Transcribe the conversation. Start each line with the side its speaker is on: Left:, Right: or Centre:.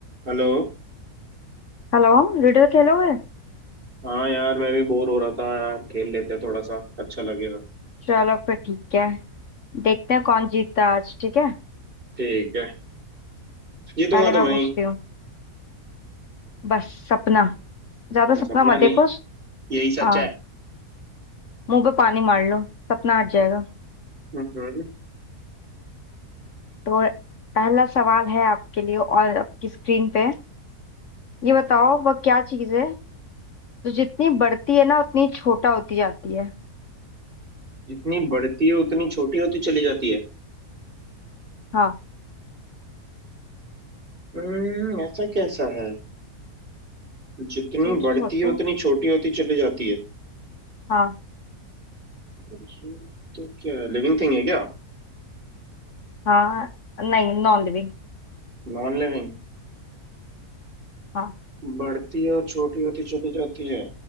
Right: Hello
Left: हेलो लूडो खेलोगे
Right: हाँ यार मैं भी बोर हो रहा था यार खेल लेते हैं थोड़ा सा अच्छा लगेगा
Left: चलो फिर ठीक है देखते हैं कौन जीतता है आज ठीक है
Right: ठीक है जीतूंगा
Left: पहले मैं
Right: तो मैं
Left: पूछती
Right: ही
Left: हूँ बस सपना ज्यादा
Right: मैं सपना
Left: सपना मत
Right: नहीं
Left: देखो
Right: यही सच
Left: हाँ
Right: है
Left: मुंह पे पानी मार लो सपना हट जाएगा
Right: हम्म
Left: तो पहला सवाल है आपके लिए और आपकी स्क्रीन पे ये बताओ वह क्या चीज है जो जितनी बढ़ती है ना उतनी छोटा होती जाती है
Right: जितनी बढ़ती है उतनी छोटी होती चली जाती है
Left: हाँ
Right: हम्म ऐसा कैसा है जितनी
Left: सोचो
Right: बढ़ती
Left: सोचो
Right: है उतनी छोटी होती चली जाती है
Left: हाँ
Right: ये तो क्या है, लिविंग थिंग है क्या
Left: हाँ नहीं नॉन लिविंग
Right: Non living
Left: हाँ
Right: बढ़ती है और छोटी होती चली जाती है